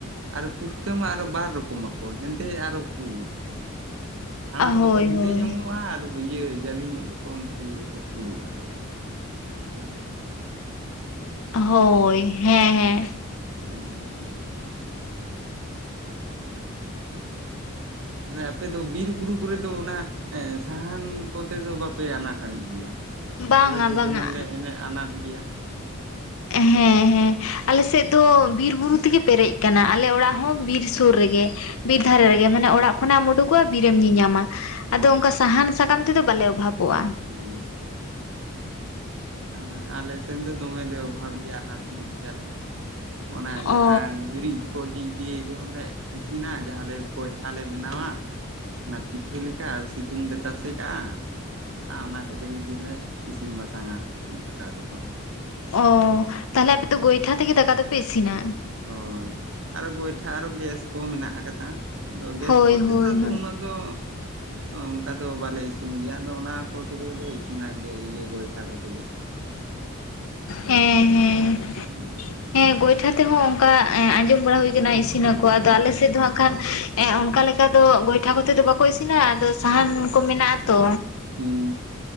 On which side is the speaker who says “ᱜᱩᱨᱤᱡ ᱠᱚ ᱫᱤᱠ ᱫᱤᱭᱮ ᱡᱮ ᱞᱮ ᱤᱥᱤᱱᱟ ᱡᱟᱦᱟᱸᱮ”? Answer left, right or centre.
Right